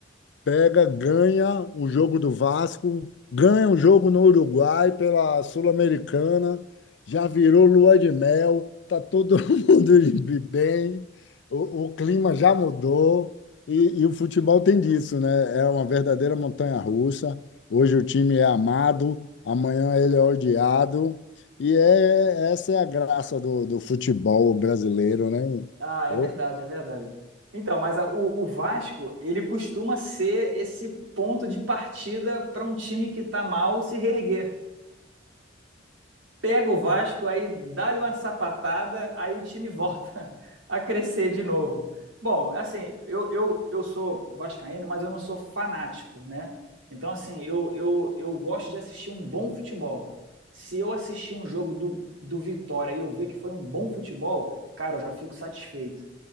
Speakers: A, on the left; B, on the right.
A: pega, ganha um jogo do Vasco, ganha um jogo no Uruguai pela Sul-Americana, já virou lua de mel, tá todo <laughs> mundo de bem, o, o clima já mudou e, e o futebol tem disso, né? É uma verdadeira montanha-russa. Hoje o time é amado, amanhã ele é odiado. E é, é, essa é a graça do, do futebol brasileiro, né?
B: Ah, é
A: Eu,
B: verdade, é verdade. Então, mas a- o, o Vasco, ele costuma ser esse ponto de partida para um time que está mal se reerguer. pega o Vasco, aí dá-lhe uma sapatada, aí o time volta <laughs> a crescer de novo. Bom, assim, eu, eu, eu sou vascaíno, mas eu não sou fanático, né? Então, assim, eu, eu, eu gosto de assistir um bom futebol. Se eu assistir um jogo do, do Vitória e eu ver que foi um bom futebol, cara, eu já fico satisfeito.